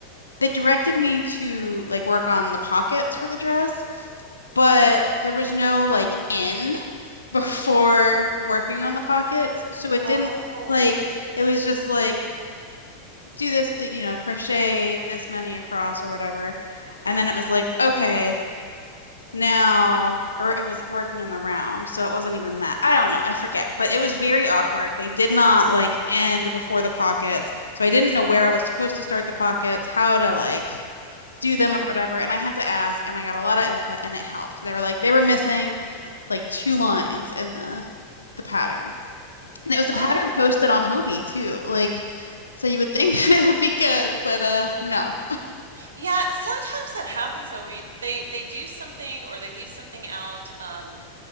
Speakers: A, on the left; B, on the right.
A: they directed me to like work on the pockets for the dress but there was no like end <laughs> before working on the pockets. So it
B: Oh,
A: didn't like it was just like do this, you know, crochet this many across or whatever. And then it was like, okay, now or it was working in the round, so it wasn't even that. I don't know, I forget. But it was very awkward. They did not like end before the pockets. So I didn't know where I was supposed to start the pockets, how to like do them
B: right.
A: or whatever. And I had to ask, and I got a lot of input, and it helped. They were like, they were missing like two lines in the the pattern. And it was a pattern
B: Oh.
A: posted on Hobie too. Like so you would think <laughs> that it would be good, but uh no.
B: Yeah, sometimes that happens though, where you, they they do something or they leave something out. Um,